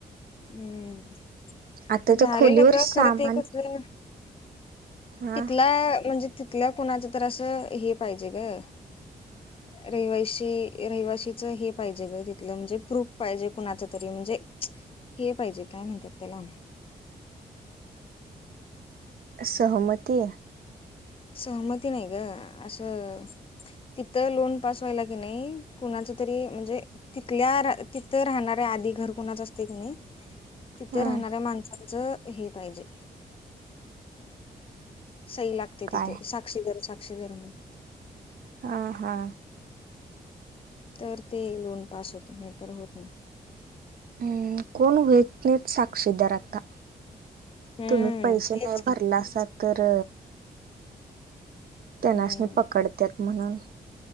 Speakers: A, on the left; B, on the right.
A: हम्म,
B: आता
A: झालेलं
B: त्या खोलीवर
A: ग
B: सामान
A: खरं ते कसलं
B: हा
A: तिथला, म्हणजे तिथल्या कुणाचा तर असं हे पाहिजे ग.
B: ह
A: रहिवाशी, रहिवाशीच हे पाहिजे गं, तिथलं म्हणजे प्रूफ पाहिजे कुणाचं तरी म्हणजे हे पाहिजे, काय म्हणतात त्याला?
B: सहमती.
A: सहमती नाही ग, असं तिथं लोन पास व्हायला की नाही, कोणाच तरी म्हणजे तिथल्या रा तिथं राहणाऱ्या आधी घर कुणाचं असतंय की नाही तिथं
B: हा
A: राहणाऱ्या माणसांचं हे पाहिजे. सही लागते
B: काय
A: तिथं, साक्षीवर साक्षीदार म्हणून.
B: हा हा.
A: तर ते लोन पास होते नाही तर होत नाही.
B: हम्म कोण होईत नाही साक्षीदार आता.
A: हम्म
B: तुम्ही पैशे
A: तेच
B: नाही
A: की
B: भरला असात तर त्यांनास
A: हम्म
B: मी पकडत्यात म्हणून